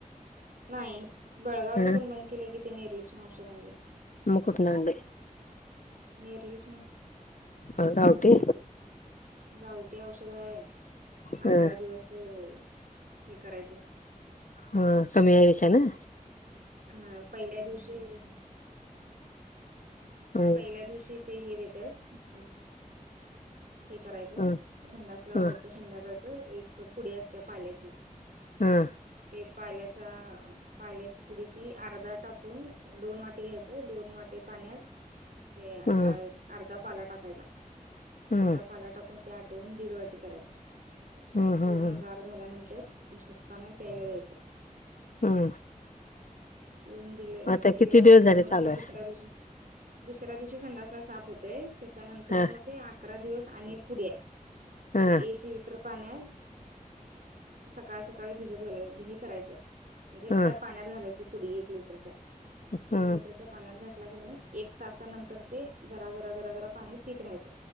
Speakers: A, on the right (about 85°); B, on the left (about 65°).
A: नाही बेळगावच
B: हा
A: पण बंद केलं की त्यांनी <unintelligible> नं औषध आणलंय.
B: मग कुठंन आणलंय?
A: नेरलीसन
B: पण गावटी
A: गावटी औषध आहे.
B: ह
A: अकरा दिवस हे करायचं
B: हो कमी यायचं ना.
A: हं पहिल्या दिवशी,
B: हम्
A: पहिल्या दिवशी ते हे देत्यात अं हे करायचं,
B: हम्
A: संडासला व्हायचं
B: ह
A: संध्याकाळचं एक पुडी असत्या पाल्याची.
B: हा.
A: ते पाल्याच्या पाल्याची पुडी ती अर्धा टाकून, दोन वाटी घ्यायचं. दोन वाटी पाण्यात ते
B: हम्
A: अ अर्धा पाला टाकायचा.
B: हम्
A: अर्धा पाला टाकून ते आटवून दीड वाटी करायचं आणि
B: हम्
A: पूर्ण
B: हम् हम्
A: गार झाल्यानंतर, झोपताना प्यायला द्यायचं.
B: हम्
A: पिऊन दिलं
B: आता
A: पिल्यानंतर
B: किती दिवस झाले
A: मग
B: चालू
A: ते
B: आहे
A: दुसऱ्या दिवशी दुसऱ्या दिवशी संडासला साफ होतंय. त्याच्यानंतरन
B: हा
A: ते अकरा दिवस आणि एक पुडी हाय.
B: हा
A: ती एक लिटर पाण्यात सकाळ सकाळी भिजत घाल हे करायचं म्हणजे
B: हा
A: त्या पाण्यात घालायची पुडी, एक लिटरच्या!
B: हा
A: एक लिटरच्या पाण्यात घातला कनई एक तासानंतर ते जरा जरा जरा जरा पाणी पीत राहायचं.